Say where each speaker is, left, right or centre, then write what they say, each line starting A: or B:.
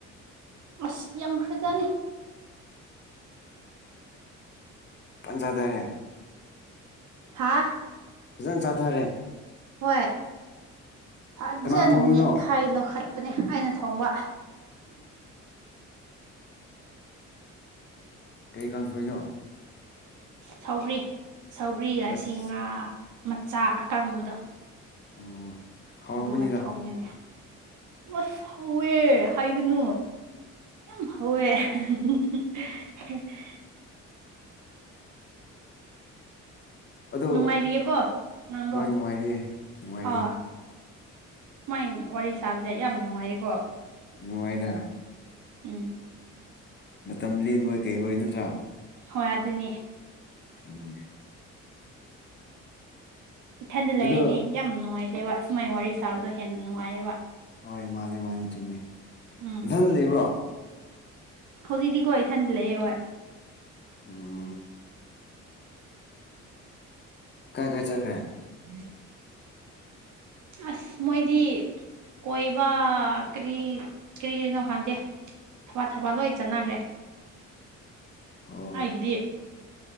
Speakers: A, on the right; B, on the left.
A: ꯑꯁ ꯌꯥꯝꯈ꯭ꯔꯖꯥꯠꯅꯤ
B: ꯄꯟ ꯆꯥꯗꯔꯦ
A: ꯍꯥꯥ
B: ꯐꯖꯟ ꯆꯥꯊꯔꯦ
A: ꯍꯣꯏ ꯐꯠꯖ
B: ꯀꯅꯥ ꯊꯣꯡꯉꯤꯅꯣ
A: ꯅꯦꯠꯈꯥꯏ ꯂꯧꯈꯠ <unintelligible> ꯑꯩꯅ ꯊꯣꯡꯕ
B: ꯀꯩ ꯀꯥꯡꯁꯣꯏꯅꯣ
A: ꯁꯧꯒꯔꯤ ꯁꯧꯒꯔꯤꯒ
B: ꯑꯁ
A: ꯑꯁꯤ ꯉꯥ ꯃꯆꯥ ꯑꯀꯪꯕꯗꯣ
B: ꯑꯣ ꯍꯥꯎꯔꯝꯒꯅꯤꯗ
A: ꯑꯗꯨꯒ ꯊꯣꯡꯉꯤꯅꯦ ꯑꯁ ꯍꯧꯋꯦ ꯍꯥꯏꯒꯅꯨ ꯌꯥꯝ ꯍꯧꯋꯦ <unintelligible>
B: ꯑꯗꯣ
A: ꯅꯨꯡꯉꯥꯏꯔꯤꯌꯦꯀꯣ ꯅꯪꯗꯣ
B: ꯍꯣꯏ ꯅꯨꯡꯉꯥꯏꯔꯤꯌꯦ ꯅꯨꯡꯉꯥꯏꯔꯤꯌꯦ
A: ꯑꯥ ꯁꯨꯃꯥꯏ ꯋꯥꯔꯤ ꯁꯥꯕꯁꯦ ꯌꯥꯝ ꯅꯨꯡꯉꯥꯏꯌꯦꯀꯣ
B: ꯅꯨꯡꯉꯥꯏꯗ
A: ꯎꯝ
B: ꯃꯇꯝ ꯂꯦꯟꯕꯣꯏ ꯀꯩꯕꯣꯏ ꯅꯠꯇ꯭ꯔꯥ
A: ꯍꯣꯏ ꯑꯗꯨꯅꯦ
B: ꯎꯝ
A: ꯏꯊꯟꯗ ꯂꯩꯔꯤꯗꯤ
B: ꯑꯗꯣ
A: ꯌꯥꯝ ꯅꯨꯡꯉꯥꯏꯇꯦꯕ ꯁꯨꯃꯥꯏꯅ ꯋꯥꯔꯤ ꯁꯥꯕꯗꯣ ꯍꯦꯟꯅ ꯅꯨꯡꯉꯥꯏꯌꯦꯕ
B: ꯍꯣꯏ ꯃꯥꯅꯦ ꯃꯥꯅꯦ ꯆꯨꯝꯃꯦ
A: ꯎꯝ
B: ꯅꯊꯟ ꯂꯩꯕ꯭ꯔꯣ
A: ꯍꯧꯖꯤꯛꯇꯤꯀꯣ ꯢꯊꯟꯇꯥ ꯂꯩꯑꯦ ꯍꯣꯏ
B: ꯎꯝ ꯀꯥꯏ ꯀꯥꯏ ꯆꯠꯈ꯭ꯔꯦ
A: <inaudible> ꯑꯁ ꯃꯣꯏꯗꯤ ꯀꯣꯏꯕ ꯀꯔꯤ ꯀꯔꯤ ꯀꯔꯤꯅꯣ ꯈꯪꯗꯦ ꯊꯕꯛ ꯊꯕꯛ ꯂꯣꯏ ꯆꯠꯅꯈ꯭ꯔꯦ
B: ꯑꯣ
A: ꯑꯩꯒꯤꯗꯤ